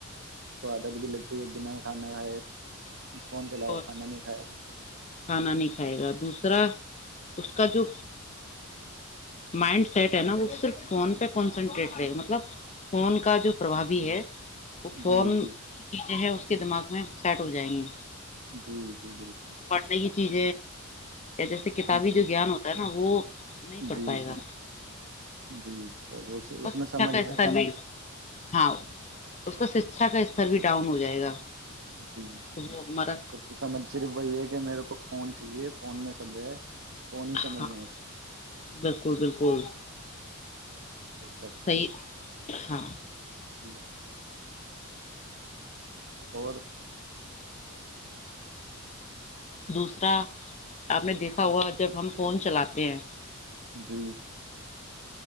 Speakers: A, on the right; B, on the left.
A: اس کو عدت بھی لگتی ہے بنا کھانا کھائے فون چلائے
B: اور
A: گا کھانا نہیں کھائے گا
B: کھانا نہیں کھائے گا دوسرا اس کا جو مائنڈ سیٹ ہے نا وہ صرف فون پہ کنسنٹریٹ رہے گا مطلب فون کا جو پربھاوی ہے وہ فون
A: جی جی
B: کی چیزیں ہیں اس کے دماغ میں شارٹ ہو جائیں گے
A: جی جی بالکل
B: نہیںگ چیز جیسے کتابی
A: جی
B: جو گیان ہوتا ہے نا وہ نہیں پڑھ
A: جی
B: پائے گا
A: جی جی اب
B: اس کا
A: میں
B: شکھا
A: سمجھ
B: کا
A: ہے
B: استر
A: ہی
B: بھی ہاں اس کا شکھا کا استر بھی ڈاؤن ہو جائے گا
A: جی
B: تو وہ ہمارا
A: اس کو تو سمجھ صرف وہی ہے کہ میرے کو فون چاہیے فون میں سب جو ہے فون ہی سمجھ
B: ہاں
A: میں ہے اس کی
B: بالکل بالکل
A: بے شک
B: صیح ہاں
A: جی اچھا اور
B: دوسرا آپ نے دیکھا ہوا جب ہم فون چلاتے ہیں
A: جی